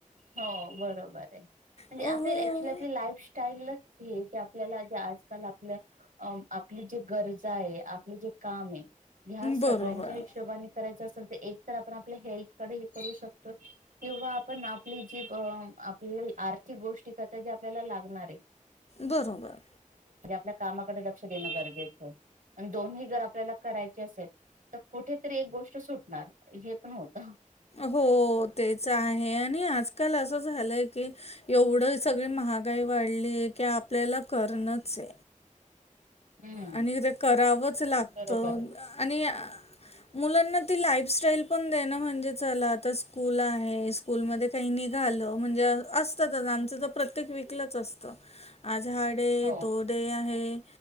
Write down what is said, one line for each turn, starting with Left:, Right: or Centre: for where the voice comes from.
Right: हो बरोबर आहे म्हणजे
Left: हो,
Right: आपली ऍक्चुली आपली लाईफस्टाईलच ही की आपल्याला जे आजकाल आपल्या आपली जी गरजा आहे आपलं जे काम आहे ह्या सगळ्यांच्या
Left: बरोबर.
Right: हिशोबाने करायच तर आपण आपल्या हेल्थकडे हे करू शकतो किंवा पण आपली जी आपल्या आर्थिक गोष्टी करता जी आपल्याला लागणार आहे.
Left: बरोबर.
Right: आ कामाकडे लक्ष देणं गरजेचं आहे दोन्ही जर आपल्याला करायचे असेल तर कुठेेतरी एक गोष्ट सुटणार जे पण होतं.
Left: हो तेच आहे आणि आजकाल असं झालंय की एवढं सगळे मा महागाई वाढली आहे की आपल्याला करणच आ
Right: हम्म
Left: आणि ते करावंच लागतं
Right: बरोबर आहे.
Left: आणि अ मुलांना ती लाईफस्टाईल पण दे न म्हणजे चला आता स्कूल आहे स्कूलमध्ये काही निघा म्हणजे असतच म्हणजे आमच तर प्रत्येक वीक लाच असतं. आ झाडे
Right: हो.
Left: तोडे आहे.